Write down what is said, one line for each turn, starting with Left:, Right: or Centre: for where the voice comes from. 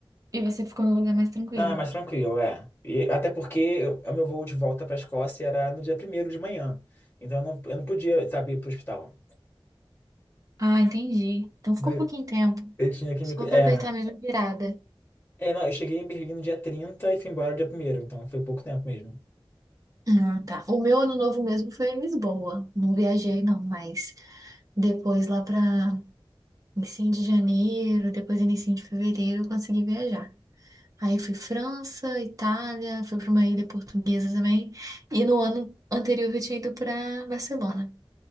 Right: E você ficou num lugar mais tranquilo.
Left: Ah, mais tranquilo, é. E, até porque o meu voo de volta pra Escócia era no dia primeiro de manhã. Então eu não, eu não podia, sabe, ir pro hospital.
Right: Ah, entendi. Então ficou
Left: Daí
Right: um pouquinho tempo.
Left: Eu tinha que
Right: Só
Left: me. cu-
Right: vou
Left: É.
Right: aproveitar mesmo a virada.
Left: É, não, eu cheguei em Berlim no dia 30 e fui embora no dia primeiro, então foi pouco tempo mesmo.
Right: Ah, tá. O meu ano novo mesmo foi em Lisboa. Não viajei, não, mas Depois, lá para início de janeiro, depois início de fevereiro, eu consegui viajar. Aí fui França, Itália, fui para uma ilha portuguesa também. E no ano anterior eu tinha ido para Barcelona.